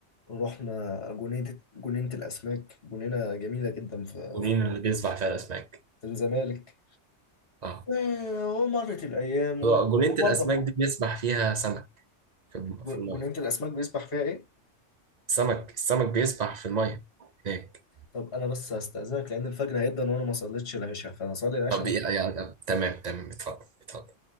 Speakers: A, on the left; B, on the right.
A: ورحنا جنينة جنينة الأسماك جنينة جميلة جدا في
B: جونين
A: في
B: اللي بيسبح فيها الاسماك
A: في الزمالك
B: اه
A: آه، ومرت الأيام و-
B: جنينة
A: وبرضه
B: الاسماك دي بيسبح فيها سمك في الم- في
A: جنينة
B: المية
A: الأسماك بيسبح فيها إيه؟
B: السمك السمك بيسبح في المية هناك
A: طب أنا بس هستأذنك لأن الفجر هيبدأ وأنا ما صليتش العشاء فهصلي العشاء
B: طب إيه- يعني تمام تمام اتفضل اتفضل